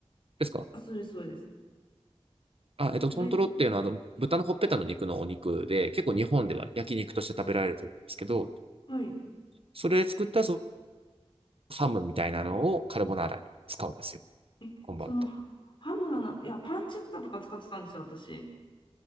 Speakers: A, on the right; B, on the left.
A: ですか
B: あ、それそうです。
A: あ、えっと、トントロっていうのは、
B: それ、
A: あの、豚のほっぺたの肉のお肉で、結構日本では焼肉として食べられると思うんですけど、
B: はい。
A: それで作ったそのハムみたいなのをカルボナーラに使うんですよ、
B: え、
A: 本場だと。
B: その、ハムのな、いや、パンチェッタとか使ってたんですよ、私。